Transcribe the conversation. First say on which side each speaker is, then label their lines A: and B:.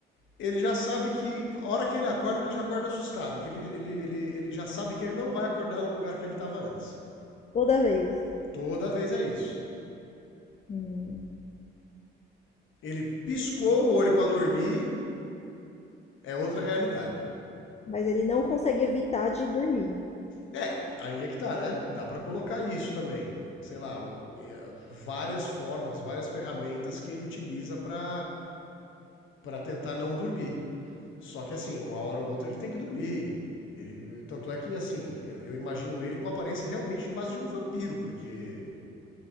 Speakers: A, on the left; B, on the left.
A: ele já sabe que. A hora que ele acorda, ele já acorda assustado. Que ele, ele, ele, ele já sabe que ele não vai acordar no lugar que ele estava antes.
B: toda vez.
A: Toda vez é isso.
B: Hum.
A: Ele piscou o olho para dormir, é outra realidade.
B: Mas ele não consegue evitar de dormir.
A: É, aí é que tá, né? Dá para colocar isso também. Sei lá, várias formas, várias ferramentas que ele utiliza para para tentar não dormir. Só que assim, uma hora ou outra ele tem que dormir. Ele, tanto é que assim, eu, eu imagino ele com a aparência realmente de quase de um vampiro, porque